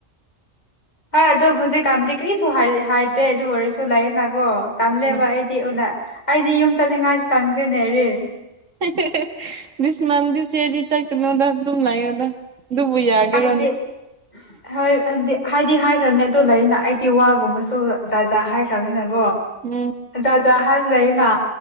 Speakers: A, on the left; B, on the right.
A: ꯍ ꯑꯗꯨ ꯍꯧꯖꯤꯛꯀꯥꯟꯕꯨꯗꯤ ꯀꯔꯤꯁꯨ ꯍꯥꯏꯗ꯭ꯔꯦ ꯑꯗꯨ ꯑꯣꯏꯔꯁꯨ <unintelligible> ꯅꯒꯣ ꯇꯜꯂꯦꯕ
B: ꯎꯝ
A: ꯑꯩ ꯢ ꯎꯅ ꯑꯩꯗꯤ ꯌꯨꯝ ꯆꯠꯅꯤꯡꯉꯥꯏ ꯇꯝꯈ꯭ꯔꯦꯅꯦ ꯔꯤꯜꯁ
B: <unintelligible> ꯗꯤꯁ ꯃꯟꯗꯤ ꯆꯦꯗꯤ ꯆꯠꯀꯅꯣꯗ ꯗꯨꯝ ꯂꯩꯌꯣꯗ ꯑꯗꯨꯕꯨ ꯌꯥꯒꯦꯔꯣꯅꯦ
A: ꯍꯥꯏꯕꯗꯤ ꯍꯣꯏ ꯍꯥꯏꯕꯗꯤ ꯍꯥꯏꯗꯤ ꯍꯥꯏꯈ꯭ꯔꯕꯅꯤ ꯑꯗꯨ ꯂꯩꯅ ꯑꯩꯗꯤ ꯋꯥꯒꯨꯝꯕꯁꯨ ꯖꯥꯠꯖꯥ ꯍꯥꯏꯈ꯭ꯔꯕꯅꯤꯅꯀꯣ
B: ꯎꯝ
A: ꯖꯥꯠ ꯖꯥꯠ ꯍꯥꯏꯗꯤ ꯂꯩꯗꯅ